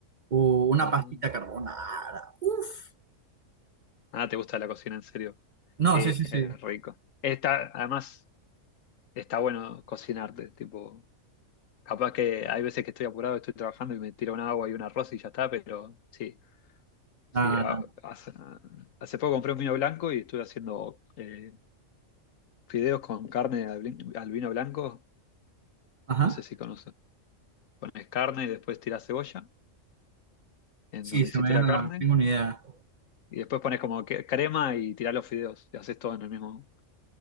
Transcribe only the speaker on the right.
o una
pastita carbonara. Uf.
No,
sí, sí,
sí.
Ah,
no.
ajá.
Sí,
se
me viene
a
la... Tengo una idea.